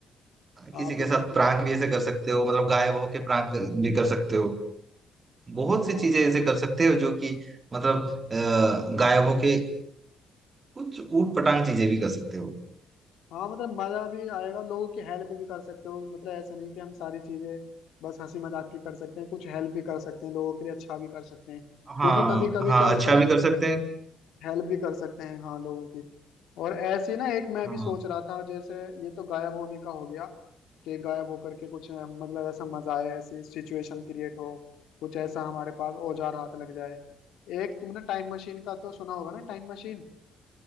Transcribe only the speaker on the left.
आप
बिना
टिक
हाँ
हाँ मतलब मजा भी आएगा लोगों की हेल्प भी कर सकते हो मतलब ऐसा नहीं कि हम सारी चीजें बस हंसी मजाक की कर सकते हैं कुछ हेल्प भी कर सकते हैं लोगों के लिए अच्छा भी कर सकते हैं
क्योंकि कभी कभी
क्या होता
है
हेल्प भी कर सकते हैं हाँ लोगों की और ऐसे ही ना एक मैं
भी सोच रहा था जैसे ये तो गायब होने का हो गया कि गायब होकर के कुछ अ, मतलब ऐसा मजा आए ऐसी सिचुएशन क्रिएट हो कुछ ऐसा हमारे पास औजार हाथ लग जाए एक तुमने टाइम मशीन का तो सुना होगा ना टाइम मशीन